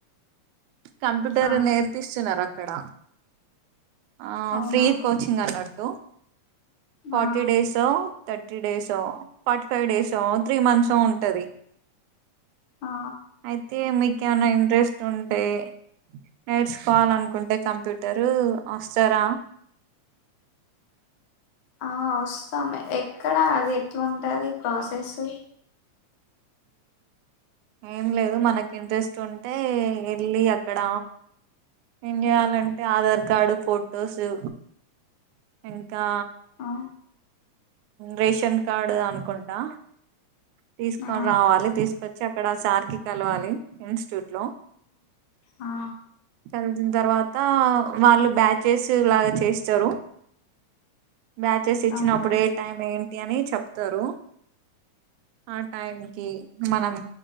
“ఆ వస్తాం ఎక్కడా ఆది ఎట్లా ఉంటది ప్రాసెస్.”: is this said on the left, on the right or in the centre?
Left